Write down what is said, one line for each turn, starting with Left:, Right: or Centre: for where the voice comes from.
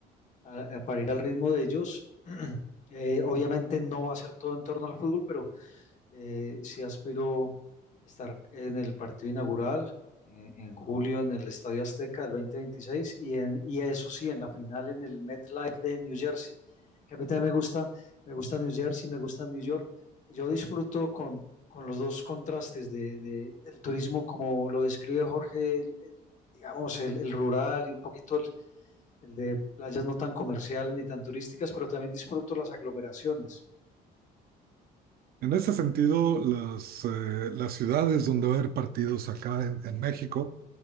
Left: a- a- para ir al ritmo de ellos. <clears throat> Eh, obviamente no va a ser todo en torno al fútbol, pero eh, sí aspiro estar en el partido inaugural eh, en julio en el Estadio Azteca del 2026 y, en, y eso sí, en la final en el MetLife de New Jersey, que a mí también me gusta, me gusta New Jersey, me gusta New York. Yo disfruto con, con los dos contrastes de, de- del turismo, como lo describe Jorge, el- el, digamos, el, el rural y un poquito el de playas no tan comerciales ni tan turísticas, pero también disfruto las aglomeraciones.
Right: En ese sentido, las, eh, las ciudades donde va a haber partidos acá en, en México,